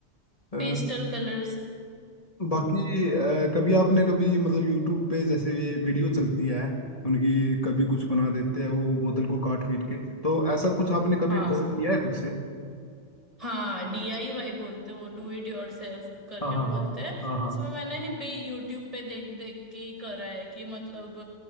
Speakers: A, on the left; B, on the right.
A: अ,
B: Pastel colours
A: बाकी
B: हम्म
A: अ, कभी आपने कभी मतलब यूट्यूब पे जैसे ये वीडियो चलती है उनकी कभी कुछ बना देते हैं वो बोतल को काट पीट के तो ऐसा कुछ आपने कभी
B: हाँ
A: ट्राई किया है खुद से
B: हाँ डीआईवाई बोलते हैं वो डू इट योरसेल्फ करके
A: हाँ हाँ
B: बोलते
A: हाँ
B: हैं
A: हाँ हाँ
B: उसमें
A: हाँ
B: मैंने ही बे यूट्यूब पे देख देख के ही करा है कि मतलब